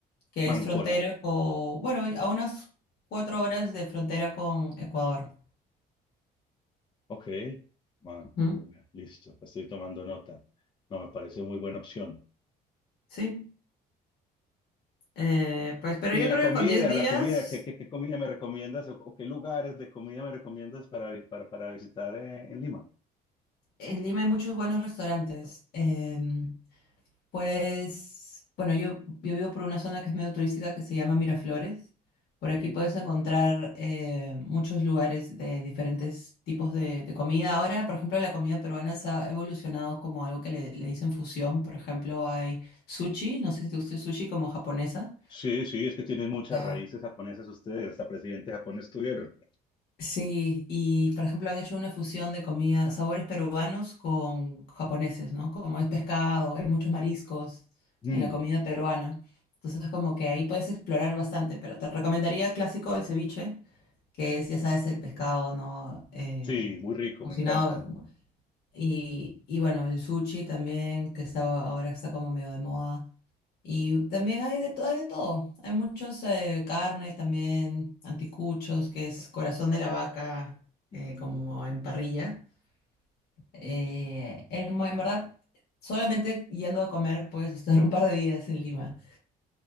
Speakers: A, on the left; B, on the left.
A: que
B: Máncora.
A: es frontera con, bueno, a unas cuatro horas de frontera con Ecuador.
B: Ok. Máncora.
A: Ujú.
B: Listo. Pues Estoy tomando nota. No, me parece muy buena opción.
A: Sí, eh, pues, pero
B: Y
A: yo
B: la
A: creo
B: comida,
A: que con 10 días.
B: la comida, ¿qué, qué, qué comida me recomiendas o, o qué lugares de comida me recomiendas para, vi- para, para visitar eh, en Lima?
A: En Lima hay muchos buenos restaurantes. Em, pues, bueno, yo, yo vivo por una zona que es medio turística que se llama Miraflores. Por
B: Sí.
A: aquí puedes encontrar eh, muchos lugares de diferentes tipos de, de comida. Ahora, por ejemplo, la comida peruana se ha evolucionado como algo que le, le dicen fusión. Por ejemplo, hay sushi, no sé si te gusta el sushi como japonesa.
B: Sí, sí, es que tienen muchas
A: Ya.
B: raíces japonesas ustedes, hasta presidente japonés tuvieron.
A: Sí, y por ejemplo han hecho una fusión de comida, sabores peruanos con japoneses, ¿no? Como es pescado, hay muchos mariscos
B: Mm,
A: en la comida peruana. Entonces como que ahí puedes explorar bastante, pero te recomendaría clásico el ceviche, que es, ya sabes, el pescado, ¿no? Eh,
B: sí, muy rico,
A: cocinado.
B: me encanta.
A: Y, y bueno, el sushi también, que está, ahora está como medio de moda. Y también hay de, to- hay de todo. Hay muchos eh, carne también, anticuchos, que es corazón de la vaca,
B: Ujú.
A: eh, como en parrilla. Eh, en, en verdad, solamente yendo a comer puedes estar un par de días en Lima.